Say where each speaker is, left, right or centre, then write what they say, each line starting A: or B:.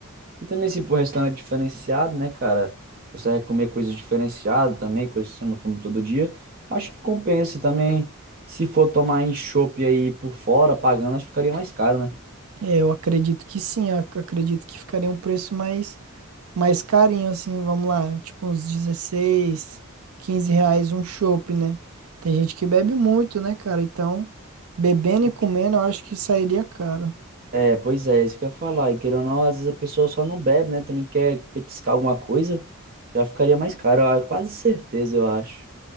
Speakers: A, on the right; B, on the right.
A: E também, se pra um restaurante diferenciado, né, cara? Você vai comer coisas diferenciadas também, coisas que você não come todo dia. Acho que compensa E também. Se for tomar em chopp aí por fora, pagando, acho que ficaria mais caro, né?
B: É, eu acredito que sim, eu ac- acredito que ficaria um preço mais, mais carinho, assim, vamos lá, tipo uns dezesseis 15 reais um chopp, né? Tem gente que bebe muito, né, cara? Então, bebendo
A: E
B: e comendo,
A: que-
B: eu acho que sairia caro.
A: É, pois é, isso que eu ia falar. E querendo ou não, às vezes a pessoa só não bebe, né? Também quer petiscar alguma coisa, já ficaria mais caro. ó, Quase certeza, eu acho.